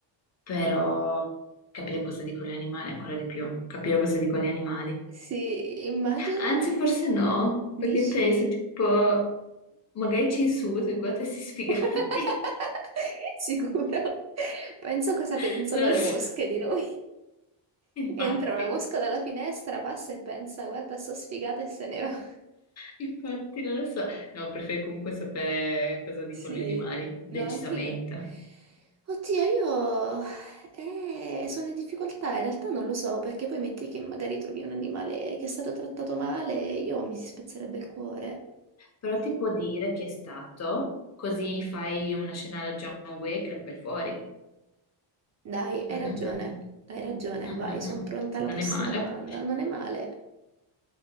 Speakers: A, on the left; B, on the right.
A: però capire cosa dicono gli animali ancora di più, capire cosa dicono gli animali.
B: Sì, immagina,
A: Anzi, forse no, perché
B: dici?
A: penso, tipo, magari ci insulta, guarda questi sfigati.
B: <laughs> Sicuro. Penso cosa
A: <laughs>
B: pensano
A: Non lo
B: le
A: so.
B: mosche di noi.
A: Infatti,
B: Entra una mosca dalla finestra, passa e pensa, guarda, sto sfigata e se ne va.
A: infatti, non lo so. No, preferirei comunque sapere cosa dicono
B: Sì,
A: gli animali, decisamente.
B: no, anche io. Oddio, io eh, sono in difficoltà, in realtà non lo so, perché poi metti che magari trovi un animale che è stato trattato male, io mi si spezzerebbe il cuore.
A: Però ti può dire chi è stato, così fai una scena alla John Wick e lo fai fuori.
B: Dai, hai
A: Mm, mm,
B: ragione,
A: mm,
B: hai ragione,
A: mm, mm,
B: vai,
A: mm,
B: sono
A: mm.
B: pronta alla
A: Non
B: prossima
A: è male.
B: domanda. Non è male